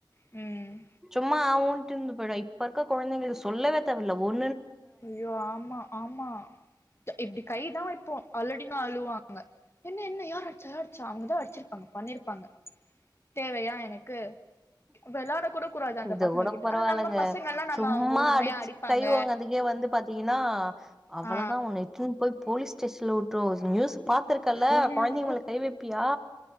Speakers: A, on the left (about 30°); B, in the centre.
A: ம்
B: சும்மா ஆ ஊன்ட்டுந்து போய்டுவோ இப்பருக்க கொழந்தைங்கள சொல்லவே தேவல்ல ஒர்
A: ஐயோ ஆமா ஆமா இப்டி கை தா வெப்போ அலடின் அழுவாங்க என்ன என்ன யார் அட்ச்சா அட்ச்சா அவுங்கதா அடிச்சிருப்பாங்க பண்ணிருப்பாங்க தேவயா எனக்கு வெளாட கூடக் கூடாது அந்தப்
B: இது
A: பசங்க
B: கூட
A: கிட்ட
B: பரவால்லங்க
A: ஆனா நம்ப பசங்கல்லா நம்ப
B: சும்மா
A: அவுங்க உரிமயா
B: அடிச்சு
A: அடிப்பாங்க
B: கை வாங்கதுக்கே வந்து பாத்திங்கின்னா அவ்வளதா
A: ஆ
B: உன்ன இட்டுன் போய் போலிஸ் ஸ்டேஷ்ன்ல உட்ருவோ நியூஸ்ஸு பாத்துருக்கல்ல
A: ஐயோ
B: கொழந்திங்க மேல கைவெப்பியா